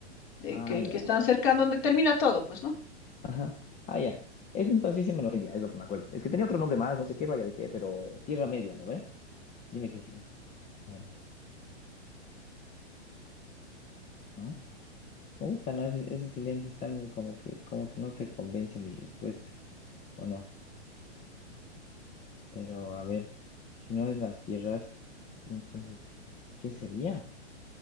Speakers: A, on the left; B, on the left.
A: de
B: Ah,
A: que,
B: ya.
A: que están cerca, donde termina todo, pues, ¿no?
B: Ajá. Ah, ya. Es entonces sí me lo ya, es lo que me acuerdo. Es que tenía otro nombre más, no sé qué vaya de qué, pero Tierra Media, ¿no ve? Dime que sí. Bien, ¿no? Puta, no, ese, ese silencio está como que, como que no te convence mi respuesta, ¿o no? Pero a ver, si no es las tierras, entonces, ¿qué sería?